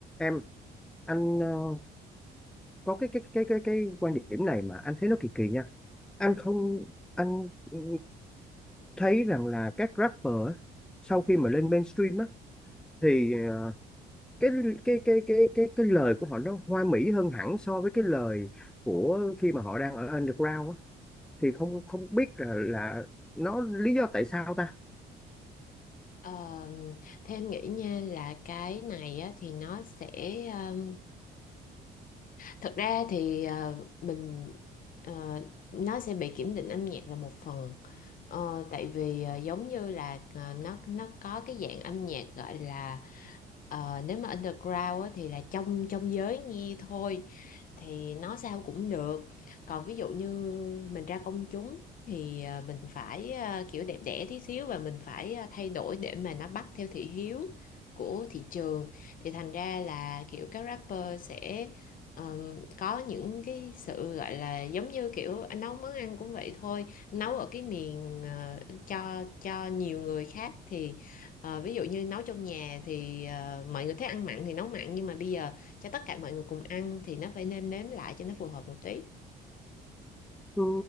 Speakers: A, in the centre; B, on the left.
A: em anh ờ, có cái cái cái cái cái quan điểm này mà anh thấy nó kỳ kỳ nha anh không anh ừ, thấy rằng là các rapper á, sau khi mà lên mainstream á thì ờ, cái cái cái cái cái cái lời của họ nó hoa mỹ hơn hẳn so với cái lời của khi mà họ đang ở underground á thì không không biết là là nó lý do tại sao ta
B: Ờ, theo em nghĩ nha là cái này á, thì nó sẽ ờ, Thật ra thì ờ, mình ờ, nó sẽ bị kiểm định âm nhạc là một phần Ờ, tại vì ờ, giống như là ờ, nó nó có cái dạng âm nhạc gọi là ờ, nếu mà underground á, thì là trong trong giới nghe thôi thì nó sao cũng được còn ví dụ như mình ra công chúng thì ờ, mình phải ờ, kiểu đẹp đẽ tí xíu và mình phải ờ, thay đổi để mà nó bắt theo thị hiếu của thị trường thì thành ra là kiểu các rapper sẽ ờm, có những cái sự gọi là giống như kiểu anh nấu món ăn cũng vậy thôi nấu ở cái miền ờ, cho cho nhiều người khác thì ờ, ví dụ như nấu trong nhà thì ờ, mọi người thích ăn mặn thì nấu mặn nhưng mà bây giờ cho tất cả mọi người cùng ăn thì nó phải nêm nếm lại cho nó phù hợp một tí
A: Ừ,